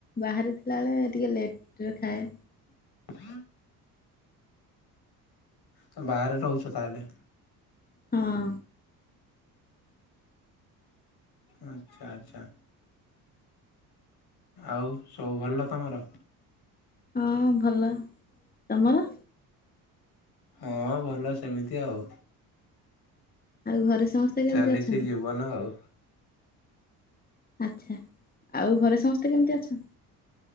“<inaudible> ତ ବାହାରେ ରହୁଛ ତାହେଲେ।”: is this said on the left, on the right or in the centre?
Left